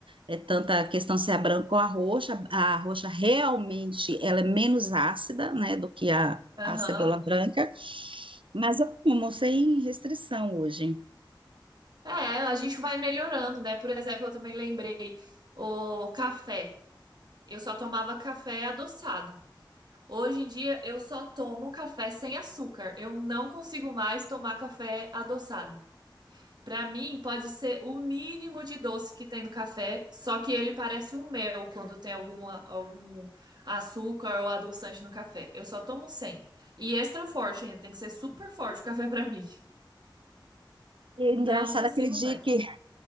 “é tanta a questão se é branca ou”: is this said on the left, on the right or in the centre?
Right